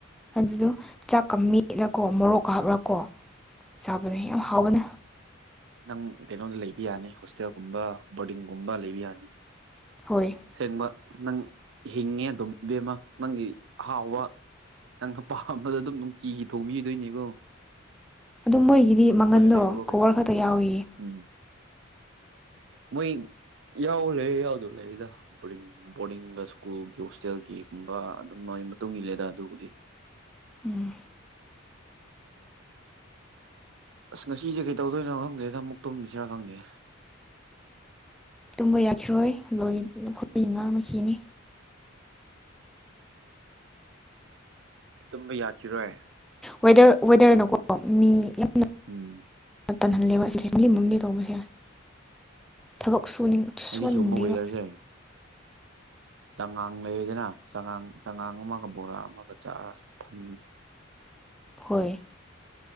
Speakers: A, in the centre; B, on the right.
A: ꯑꯗꯨꯗꯣ ꯆꯥꯛꯀ ꯃꯦꯠꯂꯀꯣ ꯃꯣꯔꯣꯛꯀ ꯍꯥꯞꯂꯀꯣ ꯆꯥꯕꯗ ꯌꯥꯝ ꯍꯥꯎꯕꯅ
B: ꯅꯪ ꯀꯩꯅꯣꯗ ꯂꯩꯕ ꯌꯥꯅꯤ ꯍꯣꯁꯇꯦꯜꯒꯨꯝꯕ ꯕꯣꯔꯗꯤꯡꯒꯨꯝꯕ ꯂꯩꯕ ꯌꯥꯅꯤ
A: ꯍꯣꯏ
B: ꯥꯑꯁꯦꯡꯕ ꯅꯪ ꯍꯤꯡꯉꯦ ꯑꯗꯨꯝ ꯕꯦꯝꯃ ꯅꯪꯒꯤ ꯑꯍꯥꯎꯕ ꯅꯪ ꯑꯄꯥꯝꯕꯗꯣ ꯑꯗꯨꯝ ꯅꯨꯡꯇꯤꯒꯤ ꯊꯣꯡꯕꯤꯗꯣꯏꯅꯦꯀꯣ
A: ꯑꯗꯨꯝ ꯃꯣꯏꯒꯤꯗꯤ ꯃꯪꯒꯟꯗꯣ
B: ꯂꯩꯔꯨꯔꯣ ꯀꯩꯅꯣ
A: ꯀꯣꯕꯔ ꯈꯛꯇ ꯌꯥꯎꯏꯌꯦ
B: ꯎꯝ ꯃꯣꯏ ꯌꯥꯎ ꯂꯩ ꯌꯥꯎꯗꯕ ꯂꯩꯗ ꯃꯔꯤꯡ ꯕꯣꯔꯗꯤꯡꯒ ꯁ꯭ꯀꯨꯜꯒꯤ ꯍꯣꯁꯇꯦꯜꯒꯤꯒꯨꯝꯕ ꯑꯗꯨꯝ ꯃꯣꯏ ꯃꯇꯨꯡ ꯏꯜꯂꯦꯗ ꯑꯗꯨꯕꯨꯗꯤ
A: ꯎꯝ
B: ꯑꯁ ꯉꯁꯤꯁꯦ ꯀꯩꯗꯧꯗꯣꯏꯅꯣ ꯈꯪꯗꯔꯦ ꯑꯃꯨꯛ ꯇꯣꯝꯁꯤꯔ ꯈꯪꯗꯦ
A: ꯇꯨꯝꯕ ꯌꯥꯈꯤꯔꯣꯏ ꯂꯣꯏ ꯑꯩꯈꯣꯏ ꯉꯥꯡꯅꯈꯤꯅꯤ
B: ꯇꯨꯝꯕ ꯌꯥꯈꯤꯔꯣꯏ
A: ꯋꯦꯗꯔ ꯋꯦꯗꯔꯅꯀꯣ ꯃꯤ ꯌꯥꯝꯅ
B: ꯎꯝ
A: ꯇꯟꯍꯜꯂꯦꯕ <unintelligible> ꯐꯦꯃꯤꯂꯤ ꯃꯝꯒꯤ ꯇꯧꯕꯁꯦ ꯊꯕꯛ ꯁꯨꯅꯤꯡ
B: ꯍꯥꯏꯗꯤ
A: ꯁꯨꯍꯟꯅꯤꯡꯗꯦꯕ
B: ꯁꯤꯒꯨꯝꯕ ꯋꯦꯗꯔꯁꯦ ꯆꯉꯥꯡ ꯂꯩꯔꯦꯗꯅ ꯆꯉꯥꯡ ꯆꯉꯥꯡ ꯑꯃꯒ ꯕꯣꯔꯥ ꯑꯃꯒ ꯆꯥꯔ ꯐꯝ
A: ꯍꯣꯏ